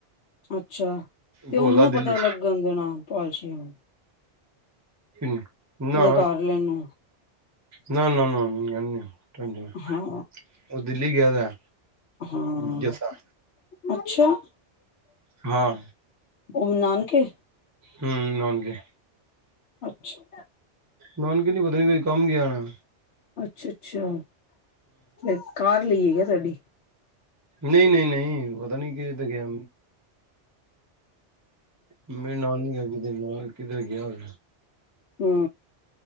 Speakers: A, on the left (about 65°); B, on the right (about 15°).
A: ਅੱਛਾ। ਅੱਛਾ ਤੇ
B: ਬੋਲਾ
A: ਉਹਨੂੰ ਨਾ
B: ਦਿੱਲੀ
A: ਪਤਾ ਲੱਗਣ ਦੇਣਾ। ਪਾਲਸ਼ ਚਨ।
B: ਨਾ
A: ਉਹਦੇ ਕਰ ਲੈ ਨੂੰ।
B: ਨਾ-ਨਾ ਨਾ।
A: ਹਾਂ
B: ਉਹ ਦਿੱਲੀ ਗਿਆ ਦਾ।
A: ਹਾਂ
B: ਜੱਸਾ
A: ਅੱਛਾ
B: ਹਾਂ
A: ਉਹ ਵੀ ਨਾਨਕੇ।
B: ਹਮ ਨਾਨਕੇ।
A: ਅੱਛਾ।
B: ਨਾਨਕ ਨੀ ਪਤਾ ਨੀ ਕੋਈ ਕੰਮ ਗਿਆਣਾ
A: ਅੱਛਾ-ਅੱਛਾ। ਕਾਰ ਲਈਏ। ਓਹ ਥੋਡੀ
B: ਨਹੀਂ -ਨਹੀਂ- ਨਹੀਂ ਪਤਾ ਨਹੀਂ ਕਹਿਦੇ ਤੇ ਗਿਆ। ਮੇਰੇ ਨਾਲ ਨੀ ਹੈ ਕਿਧਰੇ ਨਾਲ ਕਿਧਰੇ ਗਿਆ ਹੋ।
A: ਹੂੰ,